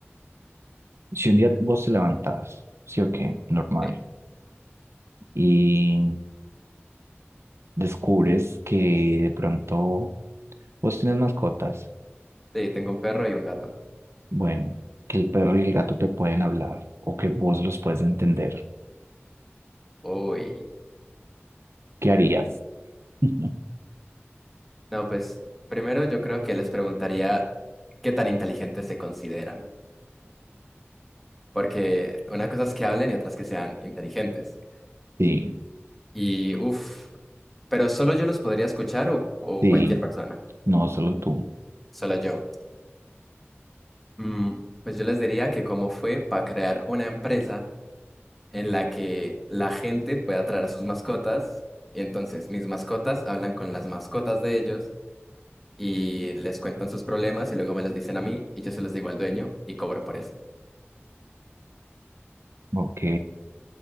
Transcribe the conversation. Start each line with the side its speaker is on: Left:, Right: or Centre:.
Right: si un día vos te levantás, sí o qué, normal,
Centre: Sí.
Right: y descubres que de pronto vos tienes mascotas,
Centre: Sí, tengo un perro y un gato.
Right: bueno, que el perro y el gato te pueden hablar o que vos los puedes entender,
Centre: Uy.
Right: ¿qué harías? <laughs>
Centre: No, pues primero yo creo que les preguntaría qué tan inteligentes se consideran. Porque una cosa es que hablen y otras que sean inteligentes.
Right: Sí,
Centre: Y uff, pero solo yo los podría escuchar o, o
Right: sí,
Centre: cualquier persona.
Right: no solo tú.
Centre: Solo yo. Mm, pues yo les diría que cómo fue para crear una empresa en la que la gente pueda traer a sus mascotas. Y entonces mis mascotas hablan con las mascotas de ellos y les cuentan sus problemas y luego me los dicen a mí y yo se los digo al dueño y cobro por eso.
Right: Ok,